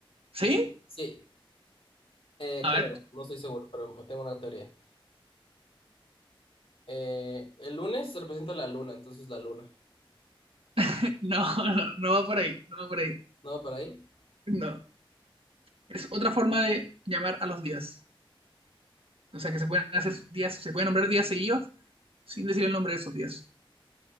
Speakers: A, on the right; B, on the left.
A: ¿sí?
B: Sí, eh,
A: A
B: creo.
A: ver,
B: No estoy seguro, pero me tengo una teoría. Eh, el lunes se representa la luna, entonces la luna.
A: <laughs> no, no, no va por ahí, no va por ahí.
B: ¿No va para ahí?
A: No, es otra forma de llamar a los días. O sea, que se pueden hacer días, se pueden nombrar días seguidos sin decir el nombre de esos días.